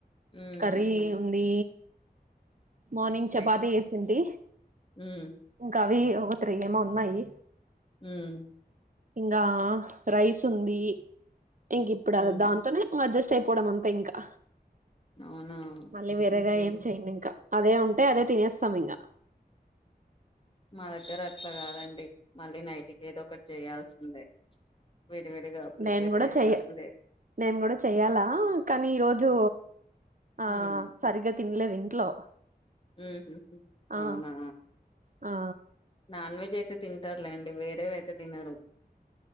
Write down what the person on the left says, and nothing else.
ఉమ్
రైట్
ఉమ్
ఉమ్
ఉమ్
అవునా
ఉహు
మా దగ్గర అట్లా కాదండి మళ్ళీ నైట్కి ఏదో ఒకటి చేయాల్సిందే విడివిడిగా ప్రిపేర్
చేయాల్సిందే
ఉమ్
ఉహు
అవునా
నాన్ వెజ్ అయితే తింటారులేండి వేరేవయితే తినరు